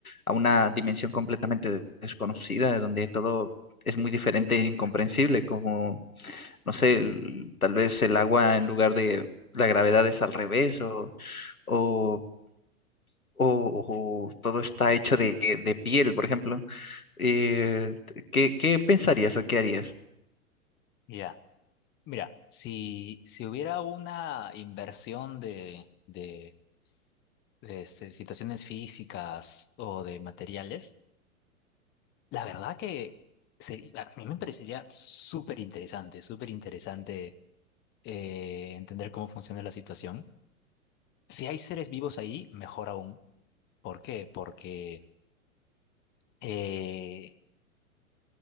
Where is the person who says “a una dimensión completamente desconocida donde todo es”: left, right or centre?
Left